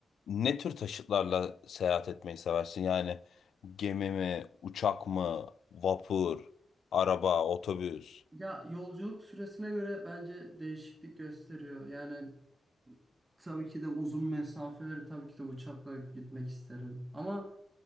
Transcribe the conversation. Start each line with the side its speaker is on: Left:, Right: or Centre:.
Left: Ne tür taşıtlarla seyahat etmeyi seversin? Yani gemi mi, uçak mı, vapur, araba, otobüs?
Right: Ya yolculuk süresine göre bence değişiklik gösteriyor. Yani tabii ki de uzun mesafeleri tabii ki de uçakla gitmek isterim. Ama